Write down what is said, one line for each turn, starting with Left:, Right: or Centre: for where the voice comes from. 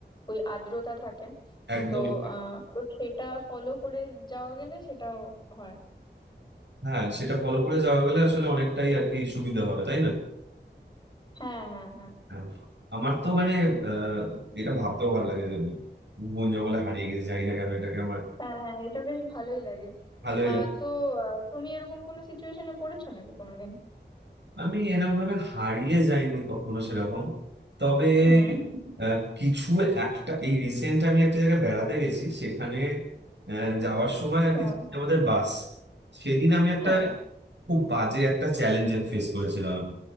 Left: ওই আর্দ্রতা থাকে
Right: একদমই
Left: তো আহ তো সেটা ফলো করে যাওয়া গেলে সেটাও হয়
Right: হ্যাঁ সেটা ফলো করে যাওয়া গেলে আসলে অনেকটাই আর কি সুবিধা হবে তাই না
Left: হ্যাঁ হ্যাঁ হ্যাঁ
Right: হ্যাঁ। আমার তো মানে আহ এটা ভাবতেও ভালো লাগে যে আমি বন জঙ্গলে হারিয়ে গেছি জানি না কেন এটাকে আমার
Left: হ্যাঁ হ্যাঁ এটা বেশ ভালোই লাগে
Right: ভালোই
Left: আহ
Right: লাগে
Left: তো আহ, তুমি এরকম কোনো সিচুয়েশনে পড়েছো নাকি কোনোদিন
Right: আমি এরকম ভাবে হারিয়ে যাইনি কখনো সেরকম তবে
Left: হুম
Right: আহ, কিছু একটা এই রিসেন্ট আমি একটা জায়গায় বেড়াতে গেছি সেখানে আহ, যাওয়ার সময় আর
Left: হ্যাঁ
Right: কি আমাদের বাস সেদিন আমি একটা
Left: হ্যাঁ
Right: খুব বাজে একটা চ্যালেঞ্জ ফেস করেছিলাম আমি